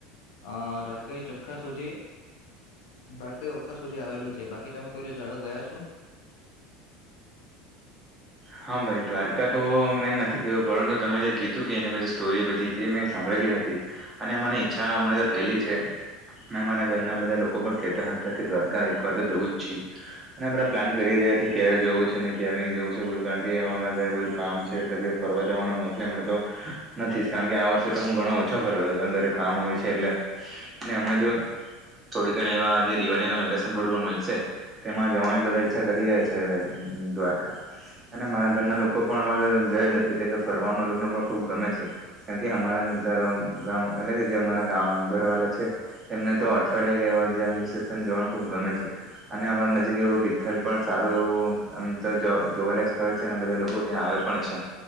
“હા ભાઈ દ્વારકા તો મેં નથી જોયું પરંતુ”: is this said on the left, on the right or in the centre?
Right